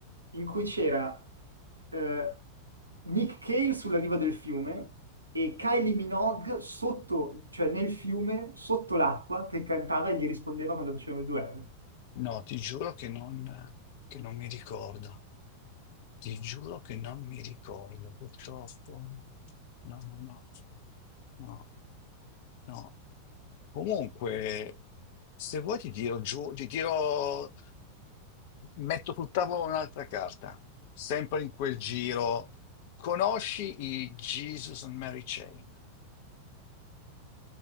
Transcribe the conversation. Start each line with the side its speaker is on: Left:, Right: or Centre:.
Right: in cui c'era eh, Nick Cave sulla riva del fiume e Kylie Minogue sotto, cioè nel fiume, sotto l'acqua, che cantava e gli rispondeva quando facevano il duello.
Left: No, ti giuro che non, che non mi ricordo. Ti giuro che non mi ricordo, purtroppo. No, no, no, no, no. Comunque, se vuoi ti tiro giù, ti tiro, metto sul tavolo un'altra carta, sempre in quel giro. Conosci i Jesus and Mary Chain?